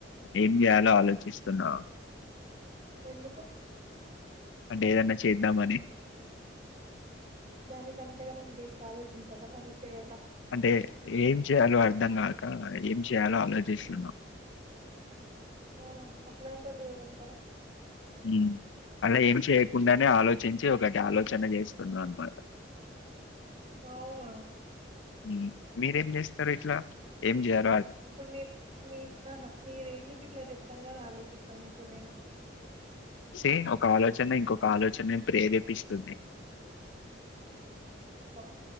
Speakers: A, on the left; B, on the right.
A: ఏం జేయాలో ఆలోచిస్తున్నా
B: ఎందుకు
A: అంటె ఏదన్న చేద్దామని
B: దానికంతగనం డీప్ గాలోచించాలా మరి చేయక
A: అంటె ఏం చేయ్యాలో అర్థం గాక ఏం చేయ్యాలో ఆలోచిస్తున్నా
B: అవునా అట్లాంటోళ్ళు గూడుంటరా
A: ఉమ్ అలా ఏం చేయకుండానే ఆలో చించి ఒకటాలోచన చేస్తున్నా అనమాట
B: ఔనా
A: ఉమ్ మీరేం జేస్తరు ఇట్ల ఏం జేయా
B: ఇప్పుడు మీర్ మీ ఆహా మీరెందుకు ఇట్ల చెప్తందని ఆలోచిస్తాను ఇప్పుడ్ నేను
A: సే ఒక ఆలోచన్ని ఇంకొక ఆలోచనే ప్రేరేపిస్తుంది
B: అబ్బా